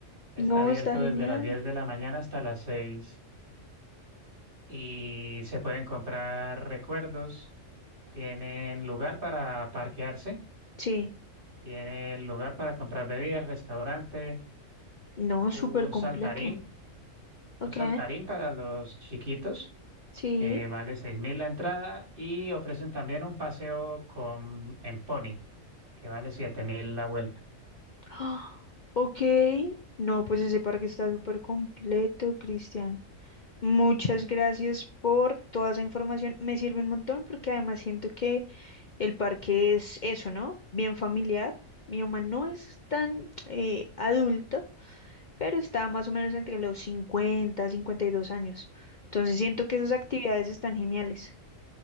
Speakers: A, on the right (about 40°); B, on the left (about 40°).
A: Está
B: No,
A: abierto
B: está genial.
A: desde las 10 de la mañana hasta las seis Y se pueden comprar recuerdos. Tienen lugar para parquearse.
B: Sí.
A: Tienen lugar para comprar bebidas, restaurante
B: No, súper
A: Un
B: completo.
A: saltarín,
B: Ok.
A: un saltarín para los chiquitos,
B: Sí.
A: que vale 6.000 la entrada, y ofrecen también un paseo con, en pony, que vale 7.000 la vuelta.
B: Ah, ok. No, pues ese parque está súper completo, Cristian. Muchas gracias por toda esa información. Me sirve un montón porque además siento que El parque es eso, ¿no? Bien familiar. Mi mamá no es tan eh, adulta, pero está más o menos entre los cincuenta, cincuenta y dos años. Entonces siento que esas actividades están geniales.